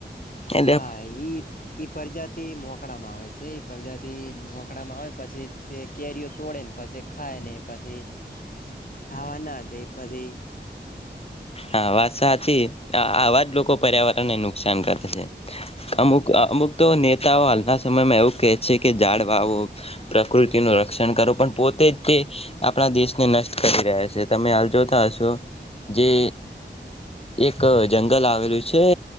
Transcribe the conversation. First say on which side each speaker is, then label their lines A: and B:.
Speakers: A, on the left; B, on the left.
A: એટલે
B: હા, ઈ ઈ પ્રજાતિ મોકડામાં આવે છે. પ્રજાતિ એ જ મોોકડામાં આવે પછી તે કેરીઓ તોડે ને પાસે ખાયને પછી ખાવાના દે પછી
A: હા, વાત સાચી આવાજ લોકો પર્યાવરણ એનું શાન કરતી છે.
B: હા
A: અમુક,
B: હા
A: અમુક તો ને એવા હાલના સમયમાં એવું કહે છે કે, ઝાડવાઓ પ્રકૃતિનું રક્ષણ કરો પણ પોતે જ તે આપણા દેશને નષ્ટ કરી રહ્યા છે. તમે હાલ જોતા
B: હા
A: હશો. જે એક જંગલ આવેલું છે